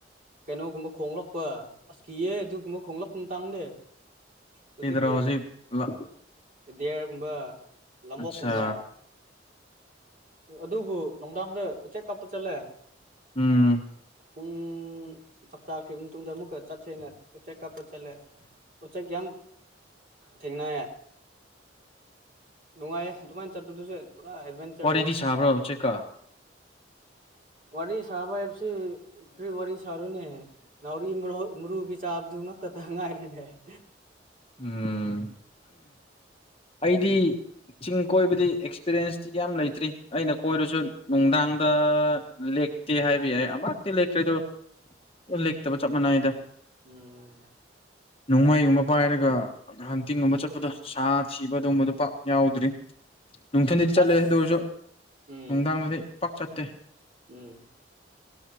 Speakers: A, on the right; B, on the left.
A: ꯀꯩꯅꯣꯒꯨꯝꯕ ꯈꯣꯡꯂꯛꯄ ꯑꯁ ꯀꯤꯌꯦ ꯑꯗꯨꯒꯨꯝꯕ ꯈꯣꯡꯂꯛꯄ ꯇꯥꯡꯗꯦ ꯍꯧꯖꯤꯛꯀꯤ
B: ꯀꯩꯗꯔꯥ ꯍꯧꯖꯤꯛ ꯂ
A: ꯎ ꯗꯌꯥꯔꯒꯨꯝꯕ ꯂꯕꯣꯛꯀꯨꯝꯕ
B: ꯑꯠꯆꯥ
A: ꯑꯗꯨꯕꯨ ꯅꯨꯡꯗꯥꯡꯗ ꯎꯆꯦꯛ ꯀꯥꯞꯄ ꯆꯠꯂꯦ
B: ꯎꯝ
A: ꯄꯨꯡ ꯆꯥꯛ ꯆꯥꯈ꯭ ꯃꯇꯨꯡꯗ ꯑꯃꯨꯛꯀ ꯆꯠꯁꯦꯅ ꯎꯆꯦꯛ ꯀꯥꯞꯄ ꯆꯠꯂꯦ ꯎꯆꯦꯛ ꯌꯥꯝ ꯊꯦꯡꯅ ꯅꯨꯡꯉꯥꯏꯌꯦ ꯑꯗꯨꯃꯥꯏꯅ ꯆꯠꯄꯗꯨꯁꯨ ꯄꯨꯔꯥ ꯑꯦꯠꯚꯦꯟꯆꯔ
B: ꯋꯥꯔꯤꯗꯤ
A: ꯑꯣꯏꯌꯦ
B: ꯁꯥꯕ꯭ꯔꯣ ꯎꯆꯦꯛꯀ
A: ꯋꯥꯔꯤ ꯁꯥꯍꯕ ꯍꯥꯏꯞꯕꯁꯤ ꯔꯤ ꯋꯥꯔꯤ ꯁꯔꯨꯅꯦꯦ ꯅꯥꯎꯔꯤ ꯃꯔ ꯃꯔꯨꯕꯤ ꯆꯥꯕꯗꯨ ꯉꯛꯇꯇ ꯉꯥꯏꯔꯦꯅꯦ <inaudible>
B: ꯎꯝ ꯑꯩꯗꯤ ꯆꯤꯡ ꯀꯣꯏꯕꯗꯤ ꯑꯦꯛꯁꯄꯤꯔꯦꯟꯁꯇꯤ ꯌꯥꯝ ꯂꯩꯇ꯭ꯔꯤ ꯑꯩꯅ ꯀꯣꯏꯔꯁꯨ ꯅꯨꯡꯗꯥꯡ ꯂꯦꯛꯇꯦ ꯍꯥꯏꯕ ꯌꯥꯏ ꯑꯃꯛꯇꯤ ꯂꯦꯛꯈ꯭ꯔꯦ ꯑꯗꯨ ꯂꯦꯛꯇꯕ ꯆꯞ ꯃꯥꯟꯅꯩꯗ
A: ꯎꯝ
B: ꯅꯣꯡꯃꯥꯏꯃ ꯄꯥꯏꯔꯒ ꯍꯟꯇꯤꯡꯒꯨꯝꯕ ꯆꯠꯄꯗ ꯁꯥ ꯊꯤꯕ ꯑꯗꯨꯒꯨꯝꯕꯗꯨ ꯄꯥꯛ ꯌꯥꯎꯗ꯭ꯔꯤ ꯅꯨꯡꯊꯤꯤꯟꯗꯗꯤ ꯆꯠꯂꯦ
A: ꯑꯁ
B: ꯑꯗꯨ ꯑꯣꯏꯔꯁꯨ
A: ꯎꯝ
B: ꯅꯨꯡꯗꯥꯡꯗꯗꯤ ꯄꯥꯛ ꯆꯠꯇꯦ
A: ꯎꯝ